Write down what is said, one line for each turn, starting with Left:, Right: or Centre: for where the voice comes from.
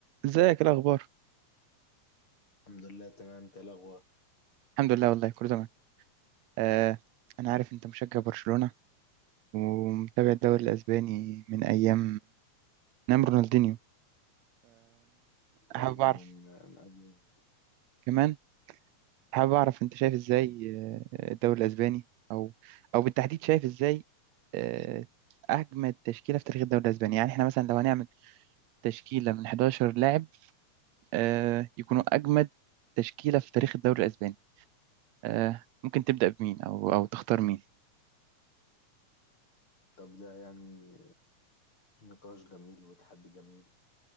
Right: ازيك ايه الاخبار
Left: الحمد لله تمام انت إيه الاخبار
Right: الحمد لله والله كله تمام آه انا عارف انت مشجع برشلونة ومتابع الدوري الاسباني من ايام نعم رونالدينيو
Left: يا
Right: حابب
Left: راجل
Right: اعرف
Left: من من قبل
Right: كمان حابب اعرف انت شايف ازاي
Left: آه.
Right: آه، الدوري الاسباني او او بالتحديد شايف ازاي آه، اجمد تشكيلة في تاريخ الدوري الاسباني يعني احنا مثلا لو هنعمل تشكيلة من 11 لاعب آه، يكونوا اجمد تشكيلة في تاريخ الدوري الاسباني آه، ممكن تبدأ بمين او او تختار مين
Left: طب ده يعني نقاش جميل وتحدي جميل